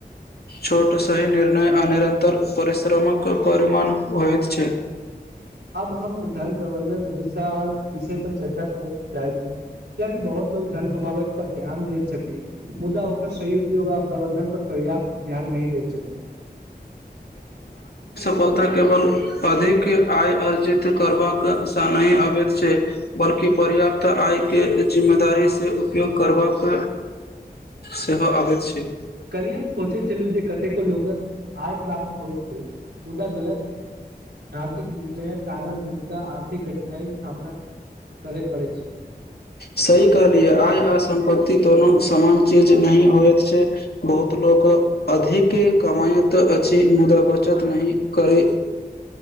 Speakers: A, on the left; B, on the right.
A: छोट सही निर्णय आ निरतर परिश्रमक परिमाण होयत छै
B: अब हम धन प्रबंधन विशाल विषय पर चर्चा करैक चाही कियाकी बहुत लोग धन कमाबै पर ध्यान देैत छथि मुदा ओकर सही उपयोग आ प्रबंधन पर पर्याप्त ध्यान ध्यान नहि दे छथिक
A: फलता केवल अधिक आय अर्जित करबाक सँ नहि अबैत छै बल्कि पर्याप्त आय के जिम्मेदारीसँ उपयोग करबाक सेहो आबैत छै
B: कल्ही हम सोचैत छलहु जे कतेको लोकक आय प्राप्त होइत छै मुद्दा गलत आर्थिक निर्णय कारण हुलनका आर्थिक कठिनाइ सामना करे पड़े छै
A: सही कहलियै आय आ सम्पत्ति तोनो समान चीज नहि होइत छै बहुत लोग अधिक कमाायत अछि मुदा बचत नहि करै